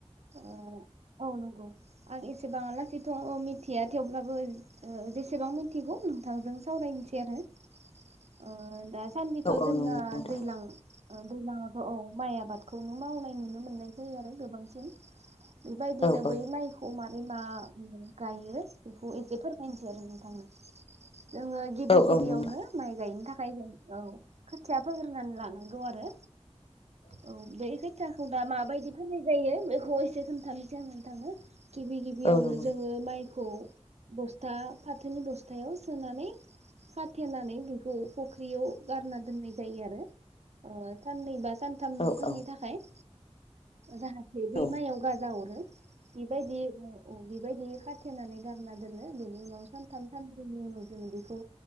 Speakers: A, on the right; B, on the left.
A: ओ औ नंगौ आं एसेबां लासैथ' मिथिया थेवब्लाबो ओ जेसेबां मिथिगौ नोंथांजों सावरायनोसै आरो ओ दा सान्दिथ'
B: औ औ
A: जोंना
B: नंगौ नोंथां
A: दैलां ओ दैलांआवथ' औ माइ आबादखौनो मावनाय नुनो मोननाय जायो आरो गोबांसिन। बेबायदिनो
B: औ औ
A: बै माइखौ मा ब्रै मा उम गायो बेखौ एसे फोरमायनोसै आरो नोंथांनो। जोङो गिबि
B: औ
A: गिबियावनो
B: औ नंगौ
A: माइ गायनो था खाय जों औ खोथिया फोग्रोनानै लानांगौ आरो। औ बै खो खौ दा माबायदि फोनाय जायो बेखौ एसे खोन्थानोसै आं नोंथांनो। गिबि गिबियावनो
B: औ नंगौ
A: जोङो माइ खौ बस्था फाथोनि बस्थायाव सोनानै खाथेनानै बेखौ फख्रियाव गारना दोननाय जायो आरो ओ साननै बा सानथामफोरनि
B: औ औ
A: थाखाय जाहाथे बै
B: औ
A: माइआव गाजा अरो। बेबायदि औ बेबायदि खाथेनानै गारना दोनो बेनि उनाव सानथाम सानब्रैनि उनाव जोङो बेखौ